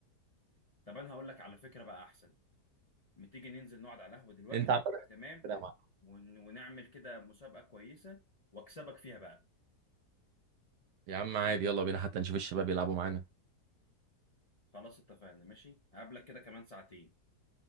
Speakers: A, on the left (about 35°); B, on the right (about 80°).
A: طب انا هقول لك على فكرة بقى احسن ما تيجي ننزل نقعد على القهوة دلوقتي
B: انت عمال
A: تمام
B: كده يا معلم.
A: ون... ونعمل كده مسابقة كويسة واكسبك فيها بقى
B: يا عم عادي يلا بينا حتى نشوف الشباب يلعبوا معانا
A: خلاص اتفقنا ماشي هقابلك كده كمان ساعتين